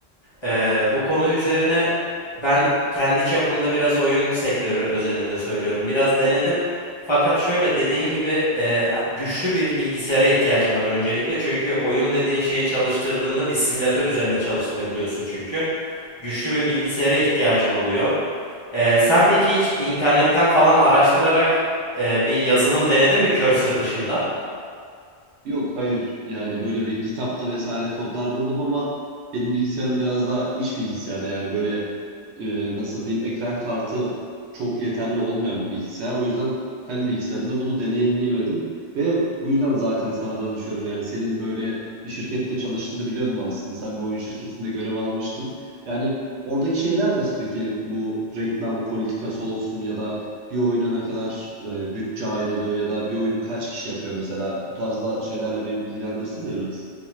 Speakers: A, on the left (about 30°); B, on the right (about 85°).
A: Eee, bu konu üzerine ben kendi çapımda biraz oyun sektörü özelinde söylüyorum. Biraz denedim. Fakat şöyle dediğin gibi eee, güçlü bir bilgisayara ihtiyacım var öncelikle. Çünkü oyun dediğin şeyi çalıştırdığında bir simülatör üzerinde çalıştırabiliyorsun çünkü güçlü bir bilgisayara ihtiyacın oluyor. Ee, sen peki hiç internetten falan araştırarak e, bir yazılım denedin mi Cursor dışında?
B: Yok hayır yani böyle bir GitHub'da vesaire kodlar buldum ama benim bilgisayarım biraz daha iş bilgisayarı yani böyle e, nasıl diyeyim ekran kartı çok yeterli olmayan bir bilgisayar. O yüzden kendi bilgisayarımda bunu deneyimleyemedim ve bu yüzden zaten sana danışıyorum yani senin böyle bir şirkette çalıştığını biliyordum aslında. Sen bir oyun şirketinde görev almıştın. Yani oradaki şeyler nasıl peki bu reklam politikası olsun ya da bir oyuna ne kadar e, bütçe ayrılıyor ya da bir oyunu kaç kişi yapıyor mesela. Bu tarzda şeylerle beni bilgilendirsene biraz.